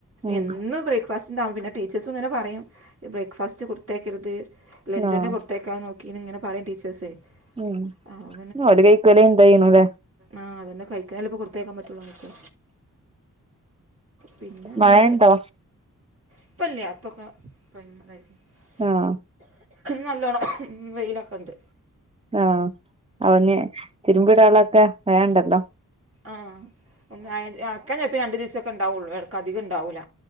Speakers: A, on the right; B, on the right.
A: ഉം
B: എന്നും ബ്രേക്ക് ബ്രേക്ക്‌ഫാസ്റ്റ് ഉണ്ടാവും പിന്നെ ടീച്ചേഴ്സും ഇങ്ങനെ പറയും ബ്രേക്ക്ഫാസ്റ്റ് കൊടുത്ത് അയക്കരുത് ലഞ്ച്
A: ആഹ്
B: തന്നെ കൊടുത്തയ് ക്കാൻ നോക്കിന്ന് ഇങ്ങനെ പറയും ടീച്ചേഴ്സേ.
A: ഉം
B: അപ്പം
A: അവിടെ കയ്ക്കല് എന്തേയ്നുലെ
B: ആഹ് അതന്നെ കഴിക്കണെ അല്ലെ ഇപ്പോ കൊടുത്ത് അയക്കാൻ പറ്റുള്ളു അങ്ങട്ട്. പിന്നെ അങ്ങനെണ്ട്
A: മഴ ഉണ്ടോ
B: ഇപ്പല്ല്യ അപ്പൊക്കെ <unintelligible>
A: ആഹ്
B: നല്ലോണ്ണം വെയിലൊക്കെ ഒണ്ട്
A: ആഹ് അവന് തിരുമ്പിടാനൊള്ളൊക്കെ വേഗണ്ടല്ലോ
B: ആഹ് <unintelligible> അലക്കാൻ ചെലപ്പോ രണ്ടു ദിവസൊക്കെ ഇണ്ടാവുള്ളു ഇടക്ക് അധികം ഇണ്ടാവൂല.